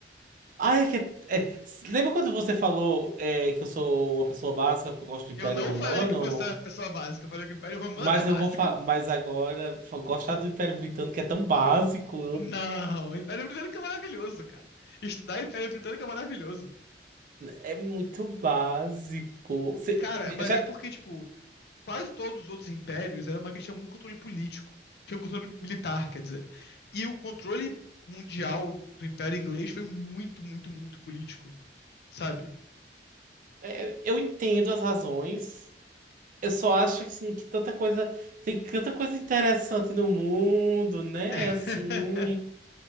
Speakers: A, on the right (about 50°); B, on the left (about 60°).
A: Ai, é que. é, lembra quando você falou é, que eu sou uma pessoa básica porque eu gosto do Império
B: Eu não
A: Romano?
B: falei que você é uma pessoa básica, eu falei que o Império Romano
A: Mas
B: é básico.
A: eu vou. fa- Mas agora, fa- gostar do Império Britânico é tão básico.
B: Não, o Império Britânico é maravilhoso, cara. Estudar Império Britânico é maravilhoso.
A: É muito básico. Cê-
B: Cara, mas
A: já,
B: é porque, tipo, quase todos os outros impérios era uma questão muito de controle político, que é um controle militar, quer dizer. E o controle mundial do Império Inglês foi muito, muito, muito político, sabe?
A: é, eu entendo as razões. Eu só acho assim que tanta coisa tem tanta coisa interessante no mundo, né?
B: <laughs>
A: É Assim,